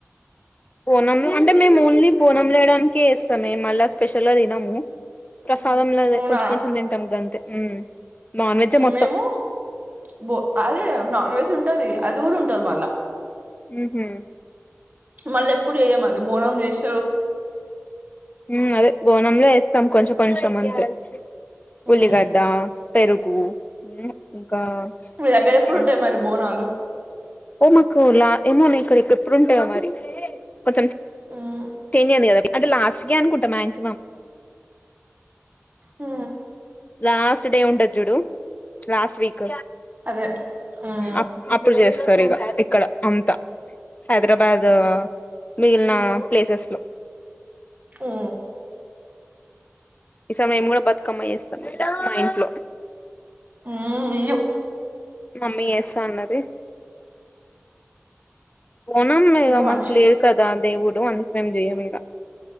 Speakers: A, on the left; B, on the right.
A: బోనంలో అంటే మేము ఓన్లీ బోనం లేయడానికే ఏస్తామే మళ్ళా స్పెషల్ గా తినము ప్రసాదం లోదే
B: అవునా
A: కొంచెం కొంచెం తింటాం గంతే ఉ నాన్ వెజ్జే మొత్తం
B: మేము బో అదే నాన్ వెజ్ ఉంటది అది కూడా ఉంటది మళ్ళా
A: ఉహూ
B: మళ్ళీ ఎప్పుడు చేయం అది బోనం చేసి
A: ఉ అదే బోనంలో వేస్తాం కొంచెం కొంచెం అంతే
B: మ్మ్
A: ఉల్లిగడ్డ, పెరుగు ఉ ఆ
B: మీ దగ్గర ఎప్పుడు
A: ఇగ
B: ఉంటాయి మరి బోనాలు
A: హోమకులా ఏమోనే ఇక్కడ ఎప్పుడు ఉంటాయో మరి కొంచెం
B: మ్మ్
A: చేంజ్ అయింది కదా అంటే లాస్ట్కే అనుకుంటా మాక్సిమం
B: ఆ
A: లాస్ట్ డే ఉంటది జుడు లాస్ట్ వీక్
B: అదే మ్మ్
A: అప్ అప్పుడు చేస్తారు ఇగ ఇక్కడ అంతా హైదరాబాద్ మిగిలిన ప్లేసెస్ లో
B: ఓ
A: ఈ సమయం కూడా బతుకమ్మ చేస్తాం మా ఇంట్లో
B: ఊ అయ్యో
A: మమ్మీ చేస్తా అన్నది బోనం ఇగ
B: ఇంక మనిషి
A: మాకు లేరు కదా దేవుడు అందుకనీ చెయ్యము ఇగ